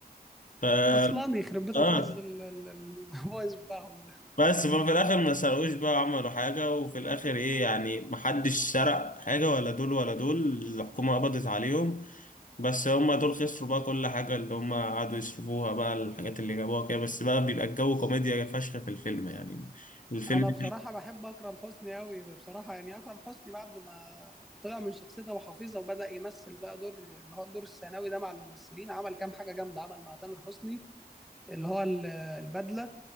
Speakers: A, on the left (about 55°); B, in the centre.
A: ف
B: اصلا يخرب بيت
A: اه
B: الحظ ال- ال- البايظ <laughs> بتاعهم
A: بس في الاخر ما سرقوش بقى عملوا حاجه وفي الاخر ايه يعني محدش سرق حاجه ولا دول ولا دول الحكومه قبضت عليهم بس هما دول خسروا بقى كل حاجه اللي هما قعدوا يصرفوها بقى الحاجات اللي جابوها كده بس بقى بيبقى الجو كوميديا فشخ في الفيلم يعني الفيلم
B: انا بصراحه بحب اكرم حسني قوي بصراحه يعني اكرم حسني بعد ما طلع من شخصيته ابو حفيظه وبدا يمثل بقى دور اللي هو الدور الثانوي ده مع الممثلين عمل كام حاجه جامده عمل مع تامر حسني اللي هو ال- البدله